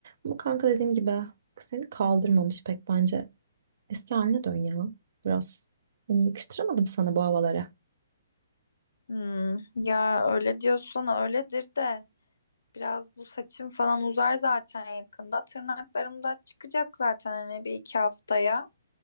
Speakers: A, on the right (about 55°); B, on the left (about 80°).
A: Ama kanka dediğim gibi seni kaldırmamış pek bence. Eski haline dön ya. Biraz. Yani yakıştıramadım sana bu havalara.
B: Hmm, ya öyle diyorsan öyledir de. Biraz bu saçım falan uzar zaten yakında. Tırnaklarım da çıkacak zaten hani bir iki haftaya.